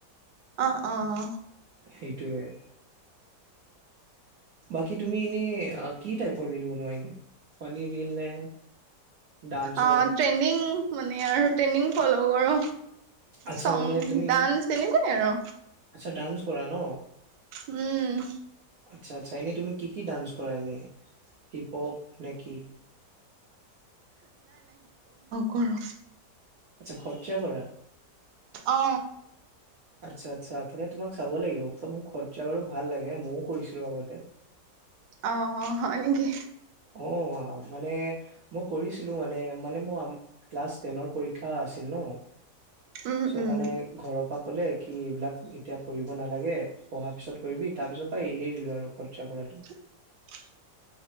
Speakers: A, on the right; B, on the right.
A: অ অ
B: সেইটোৱে বাকী তুমি এনেই কি টাইপৰ ৰীল বনোৱা এনে ফানী ৰীল নে ডান্সৰ
A: অ ট্ৰেণ্ডিং মানে আৰু ট্ৰেণ্ডিং ফ'ল' কৰো।
B: আচ্ছা
A: চং
B: মানে তুমি
A: ডান্স এনেকুৱাই আৰু।
B: আচ্ছা ডান্স কৰা ন
A: উম
B: আচ্ছ আচ্ছা এনে তুম কি কি ডাঞ্চ কৰা নি হিপ হপ নেকি?
A: কৰোঁ।
B: আচ্ছা খৰচা কৰা।
A: অ
B: আচ্ছা আচ্ছা তেনে তোমাক চাব লাগিব মোৰ খৰচা বাৰু ভাল লাগে। মও কৰিছিলো আগতে
A: অ হয় নেকি?
B: অ মানে মই কৰিছিলো মানে মানে মোৰ ক্লাছ টেনৰ পৰীক্ষা আছিল। ন
A: উম
B: চ
A: উম
B: ঘৰৰ পৰা কলে কি এইবিলাক এতিয়া কৰিব নালাগে পঢ়াৰ পিছত কৰিবি তাৰ পিছত পৰা এৰি দিলো আৰু খৰচা কৰাটো।
A: <unintelligible>